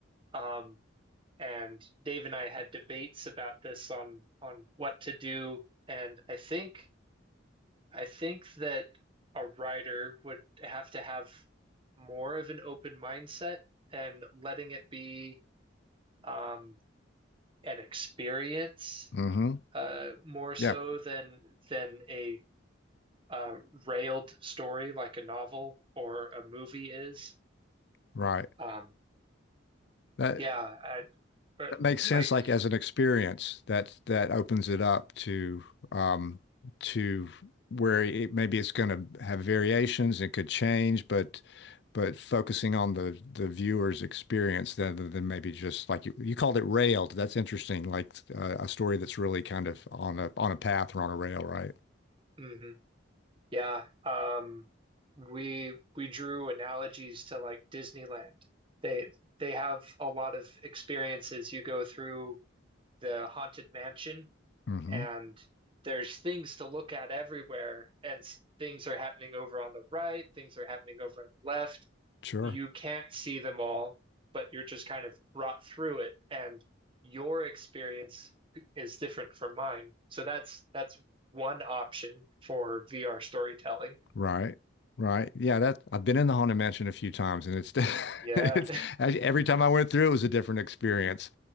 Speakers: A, on the right; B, on the left.
A: Um, and Dave and I had debates about this on on what to do. And I think I think that a writer would have to have more of an open mindset and letting it be um, an experience
B: hmm
A: uh, more so
B: Yeah,
A: than than a uh, railed story like a novel or a movie is.
B: right.
A: Um,
B: That
A: yeah, I, or
B: That makes
A: like.
B: sense, like as an experience that that opens it up to um to where it maybe it's going to have variations and could change, but but focusing on the the viewer's experience rather than maybe just like you, you called it railed. That's interesting, like uh, a story that's really kind of on a on a path or on a rail, right?
A: mhm. Yeah, um, we we drew analogies to like Disneyland. They they have a lot of experiences. You go through the Haunted Mansion,
B: Mm-hmm.
A: and there's things to look at everywhere, and s- things are happening over on the right, things are happening over on the left.
B: Sure.
A: You can't see them all, but you're just kind of brought through it, and your experience is different from mine. So that's that's one option for VR storytelling.
B: Right. Right. Yeah, That I've been in the Haunted Mansion a few times and it's <laughs>
A: Yeah.
B: it's actually every time I went through it was a different experience.